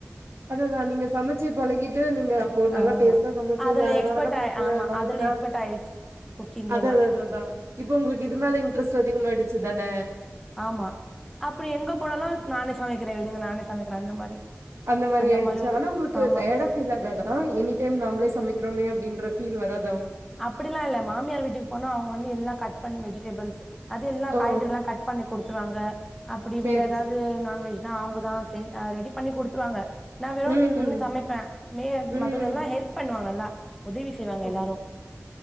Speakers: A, on the right; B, in the centre.
A: அத அதான் நீங்க சமச்சு பழகிட்டு நீங்க அப்போ நல்லா
B: ஆ
A: டேஸ்ட்டா சமைப்பிங்க
B: அதுல
A: அதனாலதான்
B: எக்ஸ்பர்ட் ஆய்
A: உங்கள
B: ஆமா
A: வாண்ட்டடா
B: அதுல எக்ஸ்பர்ட் ஆயிடுச்சு குக்கிங்லல்லா
A: அதஅதான் இப்ப உங்களுக்கு இது மேல இன்ட்ரஸ்ட் அதிகமாகிருச்சு அதான்
B: ஆமா அப்படி எங்க போனாலும் நானே சமைக்கிறேன் விடுங்க நானே சமைக்கிறேன் அந்த மாரி
A: அந்த மாதிரி ஆயிடுச்சு
B: மாரி ஒரு
A: ஆனா உங்களுக்கு
B: ஆமா
A: டயர்டா ஃபீல் ஆகாதா எனி டைம் நாமளே சமைக்கிறோமே அப்படின்னு ஃபீல் வராது
B: அப்படிலாம் இல்ல மாமியார் வீட்டுக்கு போனா அவங்க வந்து எல்லாம் கட் பண்ண வெஜி வெஜ்டேபில்ஸ் அது எல்லாம்
A: ஓ
B: காய்கறி எல்லாம் கட் பண்ணி கொடுத்து த்துறாங்க அப்படி
A: சேரி
B: வேற ஏதாவது நான்வெஜ் அவங்கதான் செ ரெடி பண்ணி குடுத்துருவாங்க நான் வெறும்
A: ம்
B: நின்னு
A: ம்
B: சமைப்பேன் மே
A: ம்
B: மத்ததெல்லாம் ஹெல்ப் பண்ணுவாங்க நல்லா உதவி செய்வாங்க
A: ஓ
B: எல்லாரும்